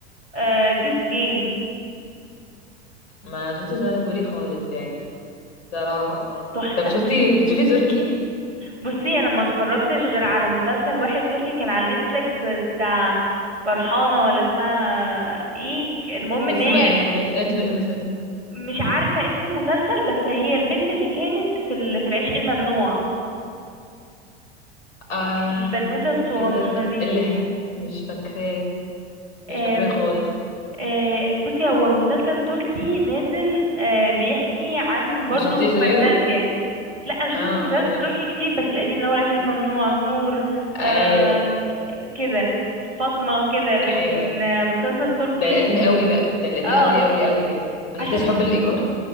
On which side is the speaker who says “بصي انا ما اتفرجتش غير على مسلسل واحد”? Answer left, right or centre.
Right